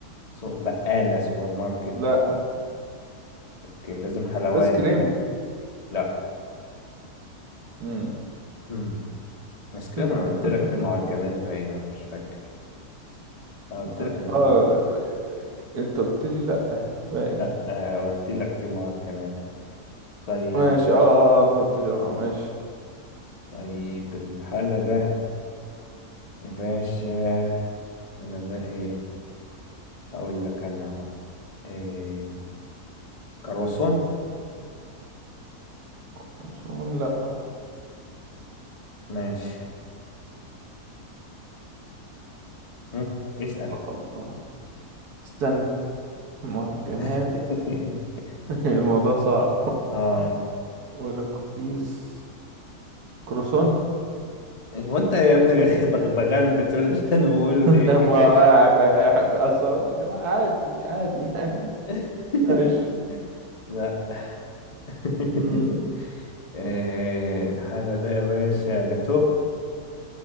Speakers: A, on the left (about 30°); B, on the right (about 80°).
A: سو... بقالة سوبر ماركت
B: لا
A: اوكي، لازم حلواني
B: ده ايس كريم
A: لا
B: مم.
A: امم بس كده
B: <laughs>
A: ما قلت لك في معجنات باين انا مش فاكر انا قلت
B: لا
A: لك ان في
B: اه انت قلت لي لا باي
A: لا آه قلت لك في معجنات طيب
B: ماشي اه اه آه. انت قلت لي اه ماشي
A: طيب الحالة ده يا باشا انا ده ايه اقول لك انا اهو إيه كروسون
B: خرسون لا
A: ماشي هم؟ اسأل
B: آه، الله استنى معجنات
A: <laughs>
B: <laughs> الموضوع صعب <laughs>
A: اه
B: ولا كوكيز كروسون
A: هو انت يا ابني <laughs> بغبغان بتقول اللي انا بقوله ليه
B: <laughs> ما
A: <laughs> لا
B: بحب اصل اقول لك لا عادي عادي يعني
A: <laughs>
B: <laughs> ماشي
A: لا لا <laughs>
B: امم
A: آه، الحالة ده يا باشا جاتوه